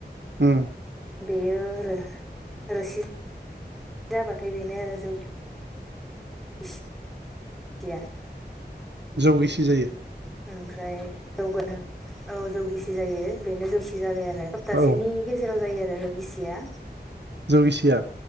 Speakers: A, on the right; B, in the centre.
A: उम
B: बेयो रो-रोसि जाबाथाय बेनो आरो जौ <unintelligible>
A: जौ गिसि जायो
B: ओमफ्राय होगोन औ जौ गिसि जायो बेनो जौसि जाबाय आरो सप्तासेनि
A: औ
B: गेजेराव जायो आरो जौ गिसिया
A: जौ गिसिया